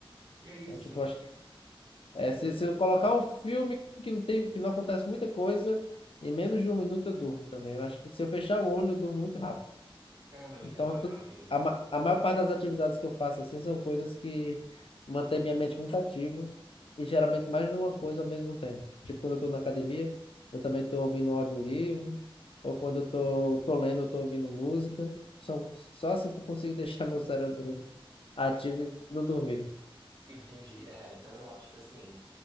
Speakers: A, on the right; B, on the left.
A: E é
B: Então,
A: isso.
B: tipo, eu acho que. É, se, se eu colocar um filme que não tem, que não acontece muita coisa, em menos de um minuto eu durmo também. Eu acho que se eu fechar o olho, eu durmo muito rápido.
A: Ah, não,
B: Então,
A: então, a-
B: tu-
A: amigo,
B: a, ma- a maior parte das atividades que eu faço assim são coisas que mantêm minha mente muito ativa e geralmente mais de uma coisa ao mesmo tempo. Tipo, quando eu estou na academia, eu também estou ouvindo um audiolivro, ou quando eu estou tô, tô lendo, eu estou ouvindo música. São, só assim que eu consigo <laughs> deixar meu cérebro ativo e não dormir.
A: entendi. É, então eu acho que assim,